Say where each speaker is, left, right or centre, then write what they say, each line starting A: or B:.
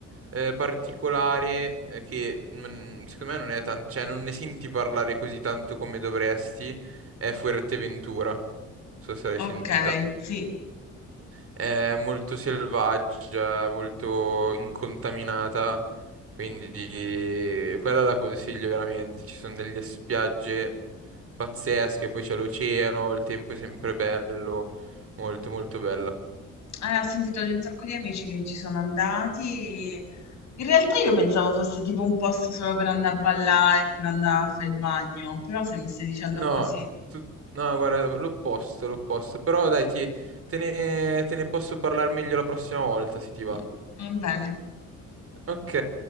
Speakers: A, on the right; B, on the left.
A: eh, particolare, eh, che mm, secondo me non è tanto, cioè non ne senti parlare così tanto come dovresti, è Fuerteventura. Non so se l'hai
B: ok,
A: sentita.
B: sì.
A: È molto selvaggia, molto incontaminata, quindi eh, quella la consiglio veramente. Ci sono delle spiagge pazzesche, poi c'è l'oceano, il tempo è sempre bello, molto molto bella.
B: Eh, ho sentito di un sacco di amici che ci sono andati. In realtà io pensavo fosse tipo un posto solo per andare a ballare e per andare a fare il bagno, però se mi stai dicendo
A: No,
B: così,
A: tu- no, guarda, l'opposto, l'opposto. Però dai, ti- te ne, te ne posso parlare meglio la prossima volta, se ti va.
B: mm, va bene.
A: Ok,